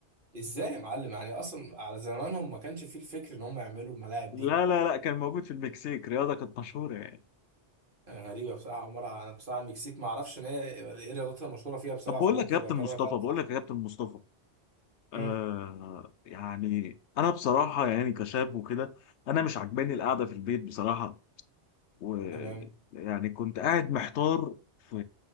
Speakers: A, on the right; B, on the left.
A: ازاي يا معلم يعني اصلا على زمانهم ما كانش فيه الفكر ان هم يعملوا الملاعب
B: لا
A: دي
B: لا لا كان موجود في المكسيك رياضة كانت مشهورة يعني
A: يعني غريبه بصراحه عمرها انا بصراحه المكسيك ما اعرفش ان هي ايه رياضتها المشهوره فيها بصراحه
B: طب بقول
A: فممكن
B: لك يا
A: يبقى
B: كابتن
A: كلامك
B: مصطفى
A: فعلا
B: بقول
A: صح
B: لك يا كابتن مصطفى آه
A: مم.
B: يعني أنا بصراحة يعني كشاب وكده أنا مش عاجباني القعدة في البيت بصراحة ويعني
A: تمام
B: كنت قاعد محتار في